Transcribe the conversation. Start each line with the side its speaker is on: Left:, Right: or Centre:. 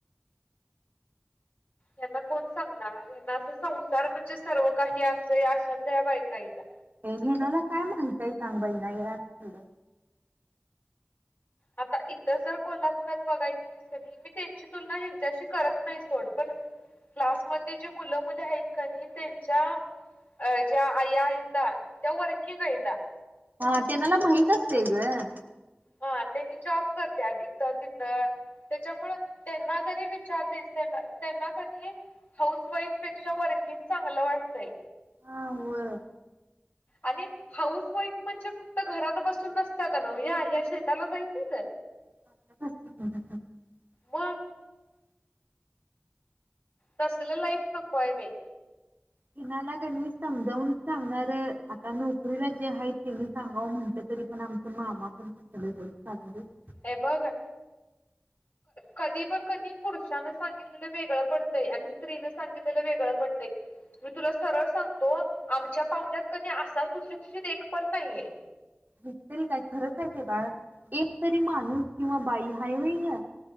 Left: यांना कोण सांगणार यांना असं संसार म्हणजे सर्व काही असं आशातल्या बायका हाईता.
Right: हेनाला काय माहितय सांग बई ना हे असल.
Left: आता इथ जर कोल्हापुरात बघाय गेलीस कनी मी त्यांची तुलना ह्यांच्याशी करत नाही सोड पण, क्लास मधली जी मुलं-मुली आहेत, कनी त्यांच्या ज्या आईया आहेत, त्या वर्किंग आहेत. त्या
Right: हा तेनाला माहीत असतय गं.
Left: हा त्यांनी जॉब करत्यात इथ तिथ. त्येच्यामुळ त्यांना जरी विचारलीस त्यांना कणी हाऊस वाईफ पेक्षा वर्किंग चांगलं वाटतंय.
Right: हा होय.
Left: आणि हाऊस वाईफ म्हणजे फक्त घरात बसून नसत्याता नव ह्या, ह्या शेताला जईत नइत?
Right: <inaudible>
Left: मग तसल लाईफ नकोय बई.
Right: तेणाला कणी समजावून सांगणार, आता नोकरीला जे आहे तेनी सांगावं म्हंटलं तरी पण आमचा मामा पण तसलच <unintelligible>
Left: हे बघ कधी पण कधी पुरुषांन सांगितलेलं वेगळं पडतंय, आणि स्त्रीन सांगितलेलं वेगळं पडतंय. मी तुला सरळ सांगतो आमच्या पाहुण्यात कधी असा सुशिक्षित एक पण नाहीय.
Right: नई तरी काय खरंच आहे ते बाळ. एक तरी माणूस किंवा बाई हाय व्हय गं.